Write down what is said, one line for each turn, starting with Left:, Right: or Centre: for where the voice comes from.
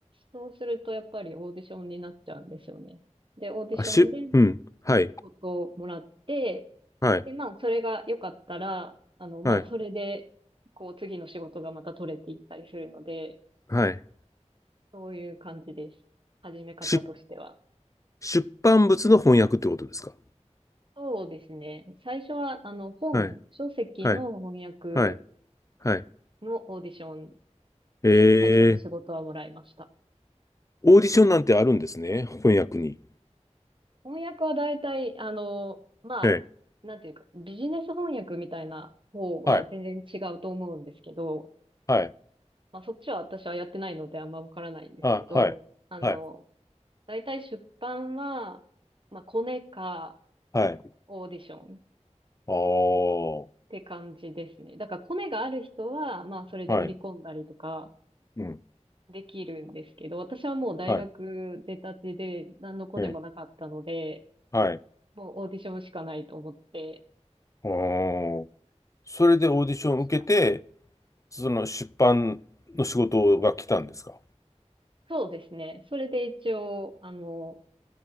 Right: そうするとやっぱりオーディションになっちゃうんですよね。で、オーディションで仕
Left: あ、し、うん、はい、
Right: 事をもらって、
Left: はい、
Right: で、まあ、それが良かったら、あの、まあ、
Left: はい、
Right: それで、こう、次の仕事がまた取れていったりするので、
Left: はい。
Right: そういう感じです。始め方としては。
Left: し、出版物の翻訳ってことですか
Right: そうですね。最初は、あの、本、
Left: はい、
Right: 書籍の翻訳
Left: はい。はいはい。
Right: のオーディション
Left: え
Right: で最初の仕事はもらいました。
Left: ー、オーディションなんてあるんですね、翻訳に。
Right: 翻訳は大体、あの、まあ、
Left: ええ。
Right: なんていうか、ビジネス翻訳みたいな方は全然違うと思うんですけど、
Left: はい、はい、
Right: まあ、そっちは私はやってないのであんまわからないんですけど、
Left: あ、はい、
Right: あの、
Left: はい、
Right: 大体出版は、まあ、コネか
Left: はい。
Right: オーディション。
Left: お
Right: って感じですね。
Left: ー、
Right: だからコネがある人は、まあそれで売り込んだりとか
Left: はい、うん、
Right: できるんですけど、私はもう大学出たてで何のコネもなかったので、
Left: はい、ええ、はい。
Right: もうオーディションしかないと思って
Left: おー。それでオーディションを受けて、
Right: しました。
Left: その出版の仕事が来たんですか
Right: そうですね。それで一応、あの、